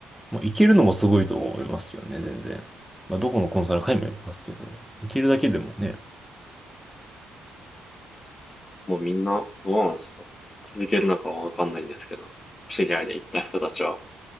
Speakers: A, in the centre; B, on the left.
A: まあ、行けるのもすごいと思いますけどね、全然。まあ、どこのコンサル会もやりますけど、行けるだけでもね。
B: もうみんな、どうなんですか続けるのかはわかんないんですけど、知り合いで行った人たちは。